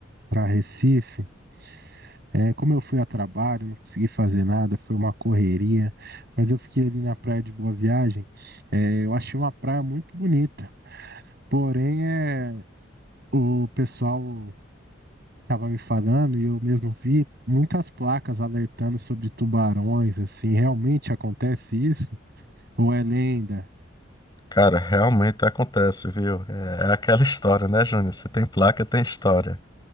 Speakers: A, on the right; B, on the left.
A: para Recife, É, como eu fui a trabalho, não consegui fazer nada, foi uma correria, mas eu fiquei ali na praia de Boa Viagem. é, eu achei uma praia muito bonita, porém é, o pessoal estava me falando e eu mesmo vi muitas placas alertando sobre tubarões, assim, realmente acontece isso? Ou é lenda?
B: Cara, realmente acontece, viu? É, é aquela história, né, Júnior? Você tem placa, tem história.